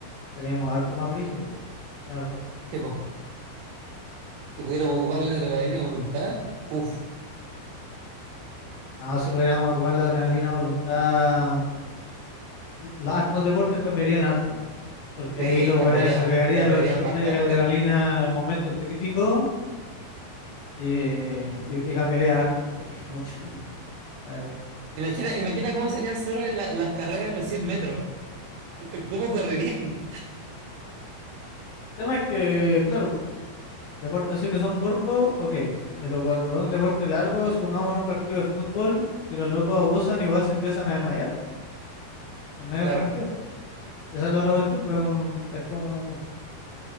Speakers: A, on the left; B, on the right.
A: seríamos harto más brígidos, la verdad.
B: Sí, po. Si pudieran ocupar la adrenalina a voluntad, uff,
A: No, si pudiéramos ocupar la adrenalina a voluntad, los hartos deportes cambiarían harto, porque
B: sí,
A: ahí los
B: cambiarían,
A: weones se pegarían
B: cambiarían
A: los shots
B: bastante.
A: de adrenalina en momentos críticos y, y- y cambiaría harto, sí, <laughs> mucho, la verdad.
B: Imagina, imagina cómo serían solo en la- las carreras en los 100 metros, <laughs> cómo correrían.
A: El tema es que, claro, Deportes así que son cortos, ok. Pero cuando es un deporte largo, supongamos en un partido de fútbol, si los locos abusan, igual se empiezan a desmayar en medio del
B: Claro.
A: partido. Esa es la otra cuestión, pues un- es como <laughs>